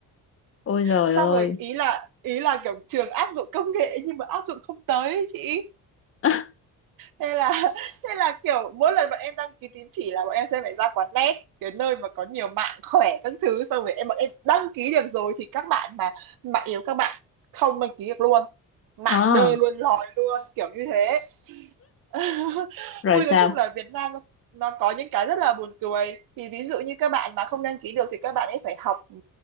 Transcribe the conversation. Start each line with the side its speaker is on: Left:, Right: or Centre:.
Left: ôi rồi
Right: xong
Left: ơi
Right: rồi ý là ý là kiểu trường áp dụng công nghệ nhưng mà áp dụng không tới ý chị
Left: <laughs>
Right: thế là <laughs> thế là kiểu mỗi lần bọn em đăng ký tín chỉ là bọn em sẽ phải ra quán net cái nơi mà có nhiều mạng khỏe các thứ xong rồi em bọn em đăng ký được rồi thì các bạn mà mạng yếu các bạn không đăng ký được luôn mạng
Left: ờ
Right: đơ luôn lòi luôn kiểu như thế <laughs>
Left: rồi
Right: Ui,
Left: sao
Right: nói chung là Việt Nam nó, nó có những cái rất là buồn cười. Thì ví dụ như các bạn mà không đăng ký được thì các bạn ấy phải học ừ,